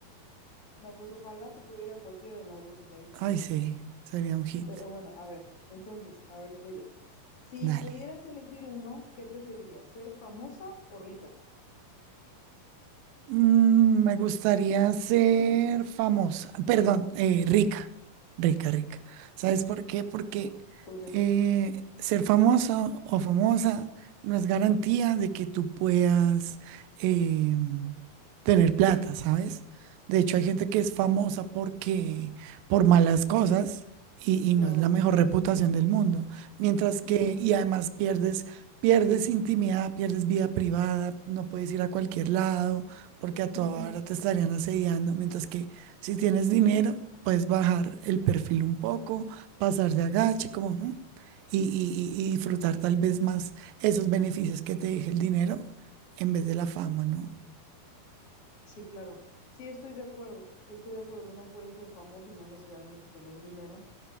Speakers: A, on the left; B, on the right.
A: No, pues ojalá se pudiera cualquiera de las dos, estaría
B: <laughs>
A: increíble.
B: Ay, sí, sería un hit.
A: Pero bueno, a ver, entonces, a ver, voy yo. Si
B: Dale.
A: pudieras elegir uno, ¿qué preferirías? ¿Ser famosa o rica?
B: Mm, me gustaría ser famosa, perdón, eh, rica, rica, rica. ¿Sabes por qué? Porque
A: Porque,
B: eh, ser famoso o famosa no es garantía de que tú puedas eh, tener plata, ¿sabes? De hecho, hay gente que es famosa porque por malas cosas y, y no
A: claro.
B: es la mejor reputación del mundo. Mientras que,
A: Ujú,
B: y además pierdes, pierdes intimidad, pierdes vida privada, no puedes ir a cualquier lado porque a toda
A: ujú.
B: hora te estarían asediando, mientras que si tienes dinero, puedes bajar el perfil un poco, pasar de agache, como, ujú, y, y- y- y disfrutar tal vez más esos beneficios que te deje el dinero en vez de la fama, ¿no?
A: Sí, claro. Sí, estoy de acuerdo. Estoy de acuerdo. Uno puede ser famoso y no necesariamente tener dinero.